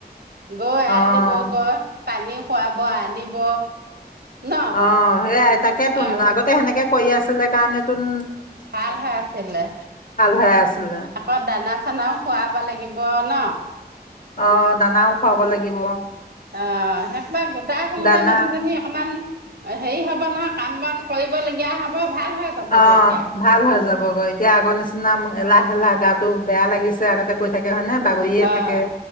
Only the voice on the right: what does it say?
গৰু এয়ালি
দিব কোৱা পানী খুৱাব আনিব ন
আৰু
ভাল হৈ আছিলে
আকৌ দানা দানাও খুৱাব লাগিব ন
অঁ শেষ বা গোটাই থওঁতে
মানুহজনী অকমান হেৰি হব নহয় কাম বন কৰিবলগীয়া হ'ব। ভাল হৈ যাবগৈ
এতিয়া।
অ'